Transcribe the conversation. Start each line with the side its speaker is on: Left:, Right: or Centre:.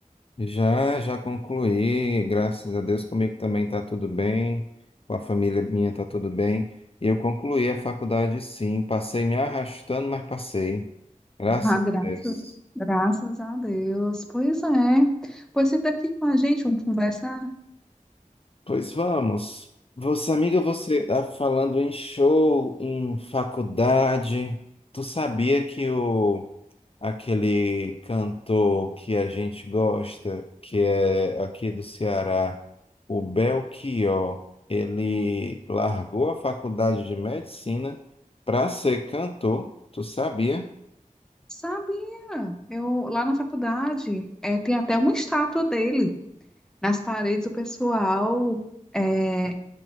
Left: Já, já concluí, graças a Deus, comigo também está tudo bem, com a família minha está tudo bem. E eu concluí a faculdade, sim, passei me arrastando, mas passei, graças
Centre: Ah, graças,
Left: a Deus.
Centre: graças a Deus. Pois é. Pois você senta aqui com a gente, vamos conversar.
Left: Pois vamos. Você, amiga, você está falando em show, em faculdade. Tu sabia que o aquele cantor que a gente gosta, que é aqui do Ceará, o Belchior, ele largou a faculdade de medicina para ser cantor, tu sabia?
Centre: Sabia? Eu lá na faculdade é, tem até uma estátua dele. Nas paredes o pessoal é,